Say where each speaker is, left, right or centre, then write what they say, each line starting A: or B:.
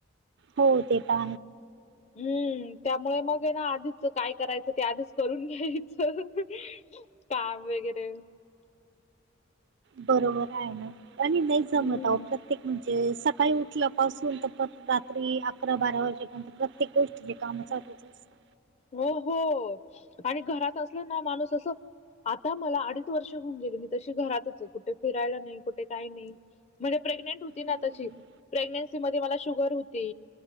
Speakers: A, on the right; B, on the left.
A: हो ते प
B: हम्म त्यामुळे मग ये ना आधीच काय करायचं ते आधीच करून घ्यायचं का वगैरे
A: बरोबर आहे ना आणि नाही
B: हम्म
A: जमत प्रत्येक म्हणजे सकाळी उठलं पाऊस तर रात्री अकरा बारा वाजेपर्यंत प्रत्येक गोष्टी जे काम चाच असतं
B: हो हो आणि घरात असल ना माणूस असं आता मला अडीच वर्ष घऊन गेली मी तशी घरातच आहे कुठे फिरायला नाही कुठे काही नाही म्हणजे प्रेग्नेंट होती ना
A: हम्म.
B: तशी प्रेग्नेन्सी मध्ये मला शुगर होती